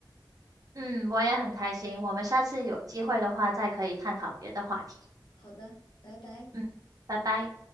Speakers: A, on the right; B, on the left.
A: 嗯，我也很开心。我们下次有机会的话，再可以探讨别的话题。
B: 好的，拜拜。
A: 嗯，拜拜。